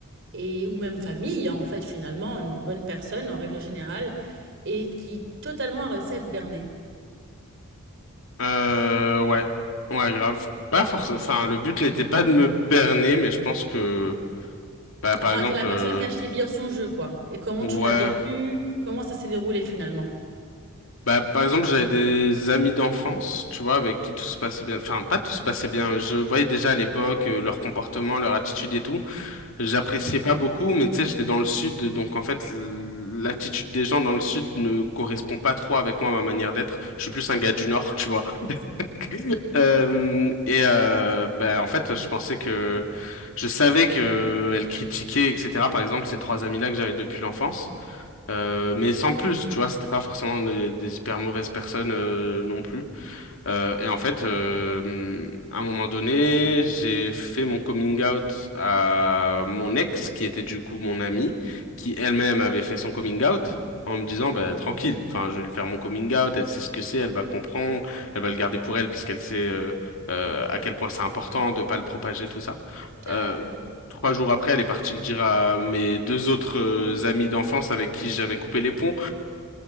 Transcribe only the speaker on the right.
et ou même famille, hein, en fait, finalement, une bonne personne en règle générale et qui totalement a réussi à te berner.
Enfin,
que la personne
qui a acheté bien son jeu, quoi. Et comment
tu l'as vécu? Comment ça s'est déroulé finalement?
Carrément.